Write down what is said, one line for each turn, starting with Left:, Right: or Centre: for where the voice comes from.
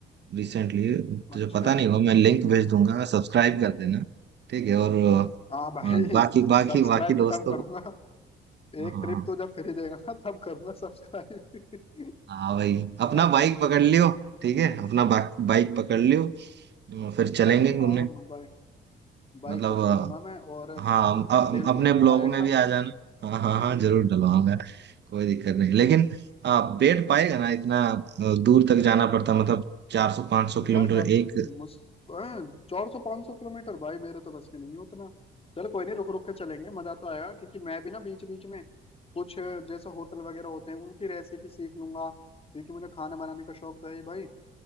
Right: रिसेंटली तुझे
Left: अच्छा
Right: पता नहीं हो मैं लिंक भेज दूंगा सब्सक्राइब कर देना ठीक है और
Left: हाँ भाई
Right: अ, बाकी
Left: <laughs>
Right: बाकी
Left: सब्सक्राइब
Right: बाकी दोस्तों
Left: तब करूंगा
Right: को हाँ
Left: एक ट्रिप तू जब फ्री देगा ना तब करूंगा सब्सक्राइब
Right: हाँ भाई
Left: <laughs>
Right: अपना
Left: बाकी
Right: बाइक पकड़ लियो ठीक है अपना बाइक पकड़ लियो और फिर चलेंगे
Left: हाँ
Right: घूमने
Left: मैं बाइक बाइक
Right: मतलब
Left: पकड़ लूंगा मैं और
Right: अ, हाँ अ-
Left: तेल
Right: अपने
Left: तो डलवाएगा
Right: ब्लॉग में भी आ जाना हाँ हाँ
Left: <laughs>
Right: हाँ जरूर डलवाऊंगा कोई दिक्कत नहीं लेकिन आ, बैठ पाएगा ना इतना अ, दूर तक जाना पड़ता मतलब चार सौ पाँच सौ किलोमीटर
Left: यार काम
Right: एक
Left: मुझ अं, चार सौ पाँच सौ किलोमीटर भाई मेरे तो बस की नहीं है उतना चल कोई नहीं रुक रुक के चलेंगे मजा तो आएगा क्योंकि मैं भी ना बीच बीच में कुछ जैसे होटल वगैरह होते हैं उनकी रेसिपी सीख लूंगा क्योंकि मुझे खाना बनाने का शौक तो है ही भाई